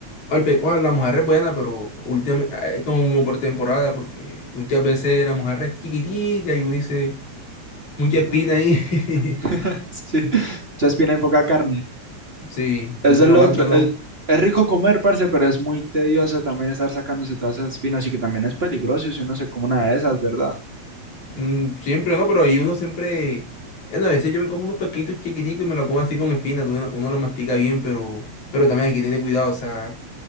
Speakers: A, on the left; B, on the right.
A: O el pe- o la mujer es buena, pero últimamente es como por temporada, porque muchas veces la mujer es chiquitica y uno dice, mucha espina
B: Mm,
A: ahí.
B: <laughs>
A: <laughs>
B: sí, muchas y poca carne.
A: Sí, entonces
B: Eso es
A: no
B: lo
A: aguanta,
B: otro.
A: no.
B: Es, es rico comer, parce, pero es muy tedioso también estar sacándose todas esas espinas y que también es peligroso si uno se come una de esas, ¿verdad?
A: Mm, siempre no, pero ahí uno siempre. Bueno, a veces yo me como unos pesquitos chiquiticos y me lo como así con espina, Uno uno, lo mastica bien, pero, pero también hay que tener cuidado, o sea.